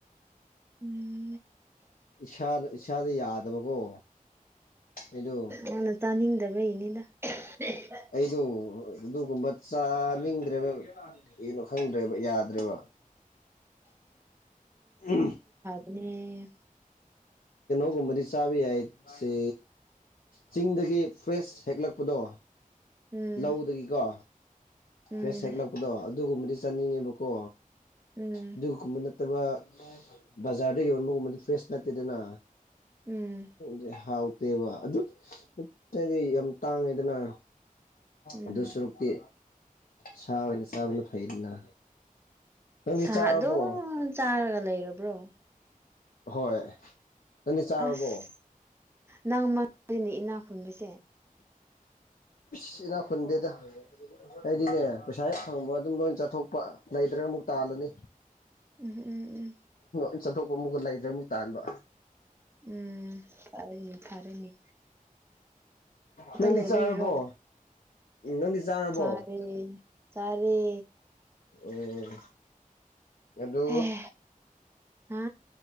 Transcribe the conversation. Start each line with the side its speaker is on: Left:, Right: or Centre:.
Right: ꯎꯝ
Left: ꯏꯁꯥꯅ ꯏꯁꯥꯗ ꯌꯥꯗꯕꯀꯣ ꯑꯩꯗꯣ
Right: ꯑ ꯑꯅ ꯇꯥꯅꯤꯡꯗꯕ ꯏꯅꯤꯗ ꯍ
Left: ꯑꯩꯗꯣ ꯑꯗꯨꯒꯨꯝꯕ ꯆꯥꯅꯤꯡꯗ꯭ꯔꯦꯕ ꯀꯒꯤꯩꯅꯣ ꯈꯪꯗ꯭ꯔꯦꯕ ꯌꯥꯗ꯭ꯔꯦꯕ ꯎ
Right: ꯎꯝ
Left: ꯀꯩꯅꯣꯒꯨꯝꯕꯗꯤ ꯆꯥꯕ ꯌꯥꯏ ꯁꯤ ꯆꯤꯡꯗꯒꯤ ꯐ꯭ꯔꯦꯁ ꯍꯦꯛꯂꯛꯄꯗꯣ
Right: ꯎꯝ
Left: ꯂꯧꯗꯒꯤꯀꯣ ꯐ꯭ꯔꯦꯁ
Right: ꯎꯝ
Left: ꯍꯦꯛꯂꯛꯄꯗꯣ ꯑꯗꯨꯒꯨꯝꯕꯗꯤ ꯆꯥꯅꯤꯡꯉꯦꯕꯀꯣ
Right: ꯎꯝ
Left: ꯑꯗꯨꯒꯨꯝꯕ ꯅꯠꯇꯕ ꯕꯖꯥꯔꯗ ꯌꯣꯟꯕꯒꯨꯝꯕꯗꯤ ꯐ꯭ꯔꯦꯁ ꯅꯠꯇꯦꯗꯅ
Right: ꯎꯝ
Left: ꯁꯦ ꯍꯥꯎꯇꯦꯕ ꯑꯗꯨꯗꯤ ꯌꯥꯝ ꯇꯥꯡꯉꯦꯗꯅ
Right: ꯎꯝ
Left: ꯑꯗꯨ ꯁꯨꯔꯨꯛꯇꯤ ꯁꯥ ꯑꯣꯏꯅ ꯆꯥꯕꯅ ꯐꯩꯗꯅ ꯅꯪꯗꯤ
Right: ꯁꯥ
Left: ꯆꯥꯔꯕꯣ
Right: ꯑꯗꯨꯝ ꯆꯥꯔꯒ ꯂꯩꯔꯕ꯭ꯔꯣ
Left: ꯍꯣꯏ ꯅꯪꯗꯤ ꯆꯥꯔꯕꯣ
Right: ꯑꯁ ꯅꯪ ꯃꯔꯤꯅꯤ ꯏꯅꯥꯈ ꯈꯨꯟꯕꯁꯦ
Left: ꯁꯤꯅꯥ ꯈꯨꯨꯟꯗꯦꯗ ꯑꯩꯗꯤꯅꯦ ꯄꯩꯁꯥ ꯍꯦꯛ ꯐꯪꯕ ꯑꯗꯨꯝ ꯂꯣꯏ ꯆꯠꯊꯣꯛꯄ ꯂꯩꯇ꯭ꯔꯒ ꯑꯃꯨꯛ ꯇꯥꯜꯂꯅꯤ
Right: ꯎꯝꯝ ꯎꯝ ꯎꯝ
Left: ꯎ ꯆꯠꯊꯣꯛꯄ ꯑꯃꯨꯛꯀ ꯂꯩꯗ꯭ꯔꯦ ꯑꯃꯨꯛ ꯇꯥꯟꯕ
Right: ꯎꯝ ꯐꯔꯦꯅꯤ ꯐꯔꯦꯅꯤ
Left: ꯅꯪꯗꯤ
Right: ꯂꯩꯕꯒꯤꯔꯣ
Left: ꯆꯥꯔꯕꯣ ꯎꯝ ꯅꯪꯗꯤ ꯆꯥꯔꯕꯣ
Right: ꯆꯥꯔꯦ ꯆꯥꯔꯦ
Left: ꯎꯝ ꯑꯗꯨ
Right: ꯑꯦ ꯍꯥ